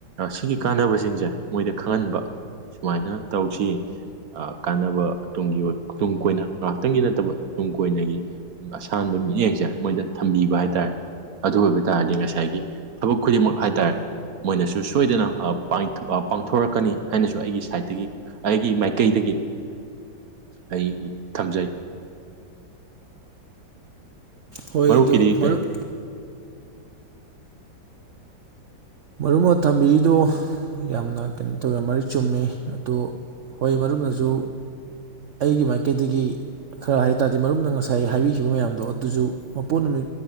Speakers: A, on the right; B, on the right.
A: ꯁꯤꯒꯤ ꯀꯥꯟꯅꯕꯁꯤꯡꯁꯦ ꯃꯣꯏꯗ ꯈꯪꯍꯟꯕ ꯁꯨꯃꯥꯏꯅ ꯇꯧꯁꯤ ꯀꯥꯟꯅꯕ ꯇꯨꯡꯒꯤ ꯇꯨꯡ ꯀꯣꯏꯅ ꯉꯥꯏꯍꯥꯛꯇꯪꯒꯤ ꯅꯠꯇꯕ ꯇꯨꯡ ꯀꯣꯏꯅꯒꯤ ꯑꯁꯥꯟꯕ ꯃꯤꯠꯌꯦꯡꯁꯦ ꯃꯣꯏꯗ ꯊꯝꯕꯤꯕ ꯍꯥꯏ ꯇꯥꯔꯦ ꯑꯗꯨ ꯑꯣꯏꯕ ꯇꯥꯔꯗꯤ ꯉꯁꯥꯏꯒꯤ ꯊꯕꯛ ꯈꯨꯗꯤꯡꯃꯛ ꯍꯥꯏ ꯇꯥꯔꯦ ꯃꯣꯏꯅꯁꯨ ꯁꯣꯏꯗꯅ ꯄꯥꯡꯊꯣꯔꯛꯀꯅꯤ ꯍꯥꯏꯅꯁꯨ ꯑꯩꯒꯤ ꯁꯥꯏꯠꯇꯒꯤ ꯑꯩꯒꯤ ꯃꯥꯏꯀꯩꯗꯒꯤ ꯑꯩ ꯊꯝꯖꯩ
B: ꯍꯣꯏ
A: ꯃꯔꯨꯞꯀꯤꯗꯤ
B: ꯑꯗꯨ ꯃꯔꯨꯞ
A: ꯀꯩ
B: ꯃꯔꯨꯞꯅ ꯊꯝꯕꯤꯔꯤꯗꯣ ꯌꯥꯝꯅ ꯀꯩꯅꯣ ꯇꯧꯋꯦ ꯌꯥꯝ ꯃꯔꯤꯛ ꯆꯨꯝꯃꯦ ꯑꯗꯣ ꯍꯣꯏ ꯃꯔꯨꯞꯅꯁꯨ ꯑꯩꯒꯤ ꯃꯥꯏꯀꯩꯗꯒꯤ ꯈꯔ ꯍꯥꯏ ꯇꯥꯔꯗꯤ ꯃꯔꯨꯞꯅ ꯉꯁꯥꯏ ꯍꯥꯏꯕꯤꯈꯤꯕ ꯃꯌꯥꯝꯗꯣ ꯑꯗꯨꯁꯨ ꯃꯄꯨ ꯅꯨꯃꯤ